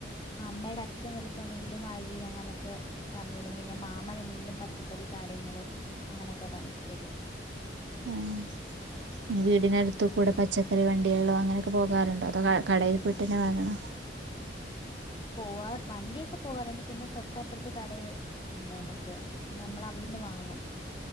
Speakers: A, on the left; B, on the right.
A: അമ്മേടെ അച്ഛൻ ചെലപ്പോ എന്തെ അരി അങ്ങനൊക്കെ തന്നു വിടും പിന്നെ മാമൻ എന്തെങ്കിലും പച്ചക്കറി കാര്യങ്ങള് അങ്ങനൊക്കെ തരും
B: ആഹ് വീടിനടുത്ത് കൂടെ പച്ചക്കറി വണ്ടികളോ അങ്ങനെയൊക്കെ പോകാറുണ്ടോ അതോ കടയിൽ പോയിട്ട് തന്നെ വാങ്ങണോ
A: പോവാറു വണ്ടിയൊക്കെ പോവാറുണ്ട് പിന്നെ തൊട്ടപ്പുറത്ത് കട ഉണ്ട് നമ്മക്ക് പിന്നെ നമ്മൾ അവിടുന്ന് വാങ്ങും